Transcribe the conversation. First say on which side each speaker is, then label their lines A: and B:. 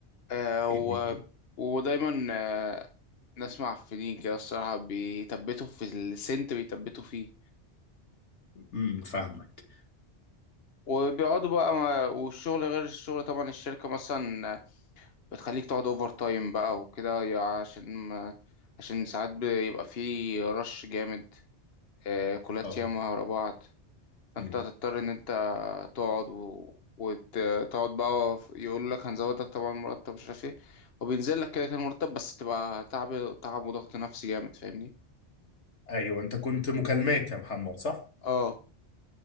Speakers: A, on the left; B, on the left.
A: آه و...
B: إيه،
A: ودايما آه نسمع في دين كده الصراحة بيثبتوا في السنت بيثبتوا فيه
B: امم فاهمك
A: وبيقعدوا بقى مع... والشغل غير الشغل طبعا الشركة مثلا آه، بتخليك تقعد اوفر تايم بقى وكده يا- عشان عشان ساعات بيبقى في رش جامد آه، كلات
B: اه
A: ياما ورا بعض فانت
B: امم
A: هتضطر ان انت تقعد و... وتقعد بقى يقول لك هنزودك طبعا مرتب مش عارف ايه وبينزل لك كده كان مرتب بس تبقى تعب تعب وضغط نفسي جامد فاهمني
B: ايوه انت كنت مكالمات يا محمد صح
A: اه